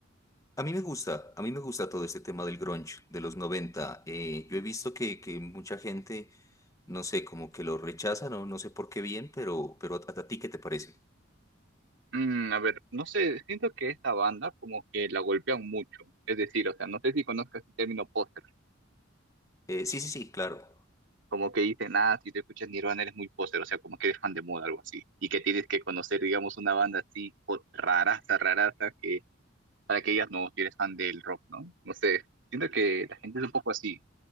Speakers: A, on the left; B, on the right.
A: a mí me gusta, a mí me gusta todo este tema del grunge de los 90. Eh, yo he visto que, que mucha gente, no sé, como que lo rechaza, no, no sé por qué bien, pero, pero a, a ti, ¿qué te parece?
B: Mm, a ver, no sé, siento que esta banda como que la golpean mucho. Es decir, o sea, no sé si conozcas el término póster.
A: Eh, sí, sí, sí, claro.
B: Como que dicen, ah, si te escuchas Nirvana eres muy póster, o sea, como que eres fan de moda, algo así. Y que tienes que conocer, digamos, una banda así po- raraza, raraza, que para que ellas no, si eres fan del rock, ¿no? No sé, siento que la gente es un poco así.